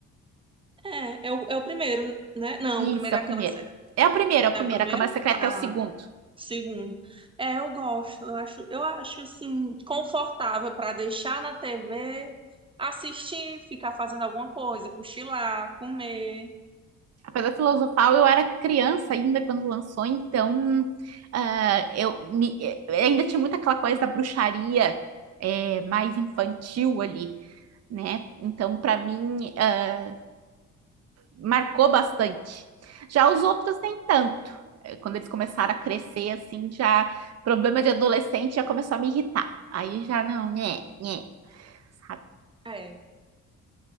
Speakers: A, on the right (about 15°); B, on the right (about 55°).
A: É, é o, é o primeiro, né? Não,
B: Isso,
A: o primeiro
B: é
A: é
B: o
A: a
B: primeiro.
A: Câmara Secreta.
B: É o primeiro, é o
A: É
B: primeiro.
A: o primeiro?
B: A Câmara Secreta
A: Ah,
B: é o segundo.
A: segundo. É, eu gosto. Eu acho, eu acho assim, confortável para deixar na TV, assistir, ficar fazendo alguma coisa, cochilar, comer.
B: Pedra Filosofal, eu era criança ainda quando lançou, então ah, eu me- eh, ainda tinha muito aquela coisa da bruxaria eh, mais infantil ali, né? Então, para mim, ah, marcou bastante. Já os outros, nem tanto. Eh, Quando eles começaram a crescer, assim, já problema de adolescente já começou a me irritar. Aí já não, né, né, sabe?
A: É,